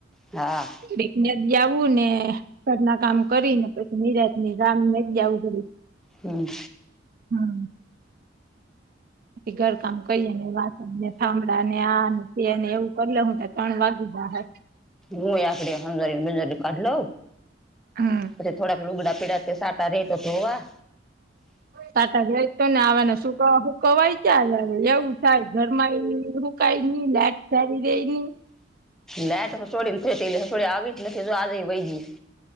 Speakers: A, in the centre; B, on the right.
A: હા
B: બેકને આવું ને ઘર ના કામ કરી ને પછી નિરાશ ની ગામ જ આવું પડ્યું
A: હમ્મ
B: હમ્મ ઘર કામ કરીએ ને વાત થામળા ને આ અને તેને એવું કરી લ હું ત ત્રણ વાગીધા હ
A: હું આપડે હમને બજ કાઢ લઉ
B: હમ
A: પછી થોડાક લુગડા પીડા સા તે તો થોવા
B: છાટા જાય તો ને આવાને હુકવાય છેયા એવું થાય ઘર માં એ ખાયની લેટ સારી દઈની
A: લાઈટ તો હસોડીને નથી હસોડી આવી જ નથી જો આજેય વય ગય